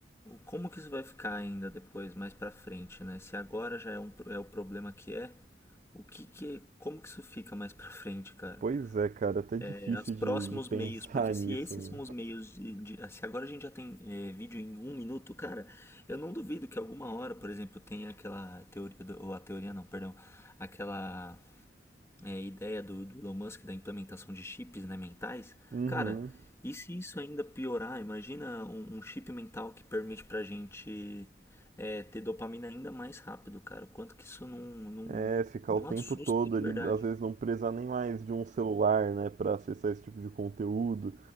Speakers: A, on the left (about 15°); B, on the right (about 45°).
A: Como que isso vai ficar ainda depois, mais pra frente, né? Se agora já é, um, pro- é o problema que é, o que que. Como que isso fica mais pra frente, cara?
B: Pois é, cara, até difícil
A: É, os próximos
B: de, de pensar
A: meios, porque se
B: <laughs> nisso,
A: esses
B: né?
A: são os meios de, de- se agora a gente já tem é, vídeo em um minuto, cara, eu não duvido que alguma hora, por exemplo, tenha aquela teoria do, ou a teoria não, perdão, aquela é, ideia do, do Elon Musk da implementação de chips, né, mentais,
B: Uhum.
A: cara, e se isso ainda piorar, imagina um, um chip mental que permite pra gente é, ter dopamina ainda mais rápido, cara, o quanto que isso não, não,
B: É, ficar
A: não
B: o tempo
A: assusta,
B: todo
A: de
B: ali,
A: verdade.
B: às vezes não precisar nem mais de um celular, né, pra acessar esse tipo de conteúdo,